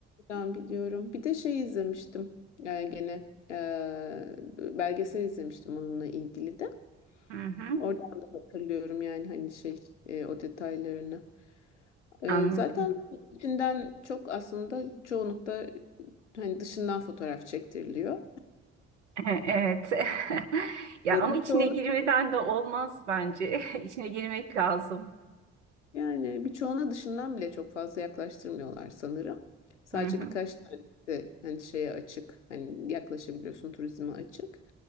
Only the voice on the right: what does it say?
hı hı,
anladım.
<laughs> Evet. <laughs> Ya
ama
içine girmeden de olmaz bence. <laughs> İçine girmek lazım.
Hı hı,